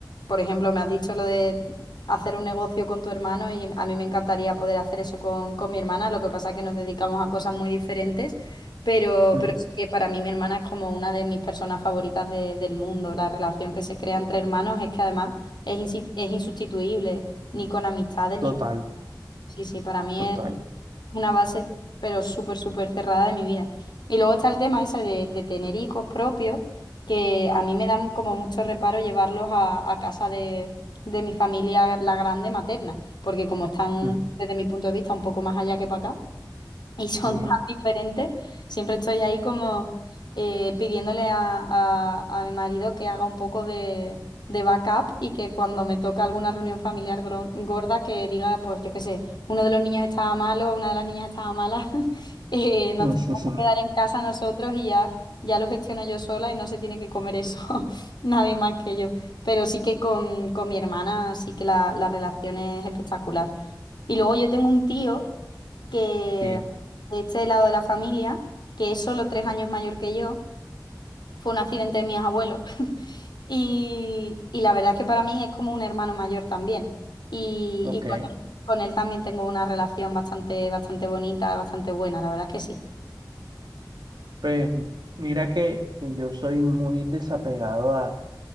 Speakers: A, on the left (about 75°); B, on the right (about 75°).
A: por ejemplo, me has dicho lo de hacer un negocio con tu hermano y a mí me encantaría poder hacer eso con, con mi hermana, lo que pasa es que nos dedicamos a cosas muy diferentes, pero,
B: Mm,
A: pero sí que para mí mi hermana es como una de mis personas favoritas de- del mundo. La relación que se crea entre hermanos es que además es, insi- es insustituible, ni con amistades, ni
B: Total,
A: con... Sí, sí, para mí
B: total.
A: es una base, pero súper, súper cerrada de mi vida. Y luego está el tema ese de, de tener hijos propios, que a mí me da como mucho reparo llevarlos a, a casa de, de mi familia, la grande materna, porque como están,
B: Mm,
A: desde mi punto de vista, un poco más allá que para acá y son
B: Sí.
A: <laughs> tan diferentes. Siempre estoy ahí como eh, pidiéndole a, a- a mi marido que haga un poco de, de backup y que cuando me toca alguna reunión familiar gro- gorda que diga, pues yo qué sé, uno de los niños estaba malo, una de las niñas estaba mala, <laughs> eh, nos
B: <laughs>
A: tenemos que quedar en casa nosotros y ya, ya lo gestiono yo sola y no se tiene que comer eso <laughs> nadie más que yo. Pero sí que con, con mi hermana sí que la, la relación es espectacular. Y luego yo tengo un tío que
B: Sí,
A: de este lado de la familia, que es solo tres años mayor que yo, fue un accidente de mis abuelos. <laughs> Y, y la verdad es que para mí es como un hermano mayor también. Y,
B: ok.
A: y con él, con él también tengo una relación bastante, bastante bonita, bastante buena, la verdad es que sí.
B: Pues mira que, que yo soy muy desapegado a